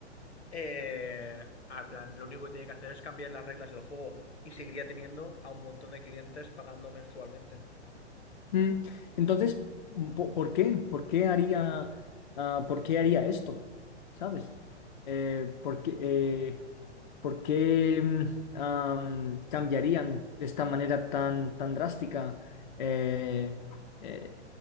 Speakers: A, on the left; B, on the left.
A: eh, a plan, lo único que tiene que hacer es cambiar las reglas del juego y seguiría teniendo a un montón de clientes pagando mensualmente.
B: Mm, Entonces, po- ¿por qué? ¿Por qué haría, ah, ¿por qué haría esto? ¿Sabes? Eh, porque, ¿Por qué mm, am, cambiarían de esta manera tan, tan drástica? Eh, eh,